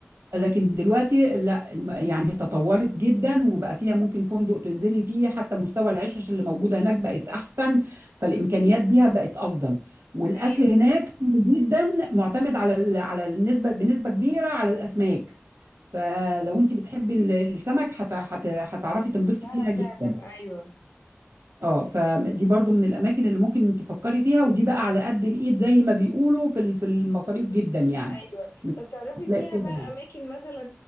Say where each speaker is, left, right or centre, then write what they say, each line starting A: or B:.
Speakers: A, on the right (about 75°); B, on the left (about 80°).
A: لكن دلوقتي لا الم- يعني تطورت جدا وبقى فيها ممكن فندق تنزلي فيه حتى مستوى العشش اللي موجودة هناك بقت أحسن فالإمكانيات بيها بقت أفضل والأكل
B: ايوه
A: هناك جدا معتمد على ال- على النسبة بنسبة كبيرة على الأسماك فلو انت بتحبي ال- السمك هت- هت- هتعرفي تنبسطي
B: دهب
A: فيها
B: فعلا
A: جدا
B: ايوه
A: اه فدي برضو من الاماكن اللي ممكن تفكري فيها ودي بقى على قد الايد زي ما بيقولوا في ال- في المصاريف جدا يعني
B: ايوه طب تعرفي
A: هتلاقي
B: فيها بقى
A: فيها
B: اماكن مثلا